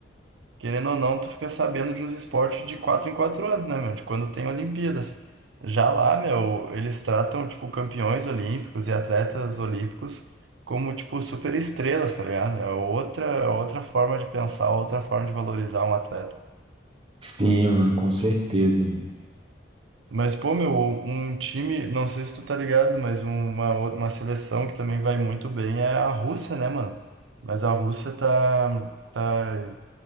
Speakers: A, on the right; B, on the right.
A: querendo ou não, tu fica sabendo de uns esportes de quatro em quatro anos, né, meu? De quando tem Olimpíadas. Já lá, meu, eles tratam, tipo, campeões olímpicos e atletas olímpicos como, tipo, super estrelas, tá ligado? É outra, é outra forma de pensar, outra forma de valorizar um atleta.
B: Sim, mano, com certeza, mano.
A: Mas, pô, meu, um time, não sei se tu tá ligado, mas uma, ou- uma seleção que também vai muito bem é a Rússia, né, mano? Mas a Rússia tá, tá,